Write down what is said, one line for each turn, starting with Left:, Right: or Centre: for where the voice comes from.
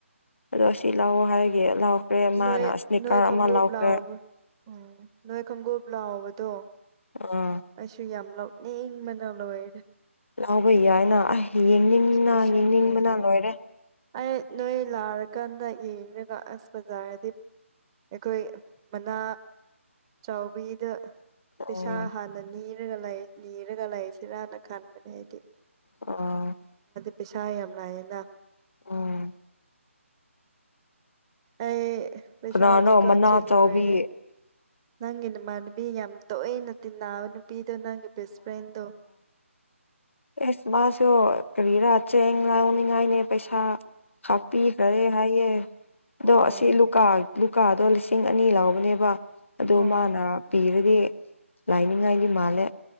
Left: ꯑꯣ ꯑꯁꯤ ꯂꯥꯛꯑꯣ ꯍꯥꯏꯔꯒꯦ ꯌꯦ ꯂꯧꯈ꯭ꯔꯦ ꯃꯥꯅ
Right: ꯅꯣꯏ
Left: ꯏꯁꯅꯤꯀꯔ
Right: ꯅꯣꯏ ꯈꯣꯡꯎꯞ
Left: ꯑꯃ ꯂꯧꯈ꯭ꯔꯦ
Right: ꯂꯥꯎꯕ ꯎꯝ ꯅꯣꯏ ꯈꯣꯡꯎꯞ ꯂꯥꯎꯕꯗꯣ
Left: ꯑꯥ
Right: ꯑꯩꯁꯨ ꯌꯥꯝ ꯂꯥꯎ ꯅ ꯏ ꯃꯅ ꯂ ꯑꯣꯏꯔꯦ
Left: ꯂꯥꯎꯕ ꯌꯥꯏꯅ ꯑ ꯌꯦꯡꯅꯤꯡꯅ
Right: ꯄꯩꯁꯥ
Left: ꯌꯦꯡꯅꯤꯡꯕꯅ
Right: ꯂꯩꯔꯦ
Left: ꯂꯣꯏꯔꯦ
Right: ꯑꯩ ꯅꯣꯏ ꯂꯥꯛꯔꯀꯥꯟꯗ ꯌꯦꯡꯒ ꯑꯁ ꯕꯖꯥꯔꯗꯤ ꯑꯩꯈꯣꯏ ꯃꯅꯥ ꯆꯥꯎꯕꯤꯗ ꯄꯩꯁꯥ
Left: ꯎꯝ
Right: ꯍꯥꯟꯅ ꯅꯤꯔꯒ ꯂꯩ ꯅꯤꯔꯒ ꯂꯩꯔꯤꯁꯤꯔꯅ ꯈꯟꯕꯅꯦ ꯍꯥꯏꯗꯤ
Left: ꯑ
Right: ꯄꯩꯁꯥ ꯌꯥꯝ ꯂꯥꯛꯑꯌꯦꯦꯅ
Left: ꯎꯝ
Right: ꯑꯦ ꯄꯩꯁꯖꯤꯀꯥꯆ
Left: ꯀꯅꯥꯅꯣ ꯃꯅꯥ ꯆꯥꯎꯕꯤ
Right: ꯂꯣꯋꯦꯔꯦ ꯅꯪꯒꯤꯅ ꯃꯅꯕꯤ ꯌꯥꯝ ꯇꯣꯏꯅ ꯇꯤꯟꯅꯕ ꯅꯨꯄꯤ ꯅꯦ ꯦꯁ ꯐ꯭ꯔꯦꯟꯗ
Left: ꯑꯦ ꯃꯥꯁꯨꯣ ꯀꯔꯤꯔꯥ ꯆꯦꯡ ꯂꯅꯤꯡꯉꯥꯏꯅꯦ ꯄꯩꯁꯥ ꯍꯥꯥꯄꯤꯈ꯭ꯔꯔꯦ ꯍꯥꯏꯌꯦꯦ ꯑꯗꯣ
Right: ꯑꯣ
Left: ꯑꯁꯤ ꯂꯨꯀꯥ ꯂꯨꯀꯥꯗꯣ ꯂꯤꯁꯤꯡ ꯑꯅꯤ ꯂꯥꯎꯕꯅꯦꯕ ꯑꯗꯣ
Right: ꯑꯣ
Left: ꯃꯥꯅ ꯄꯤꯔꯗꯤ ꯂꯥꯏꯅꯤꯡꯉꯥꯏꯗꯤ ꯃꯥꯜꯂꯦ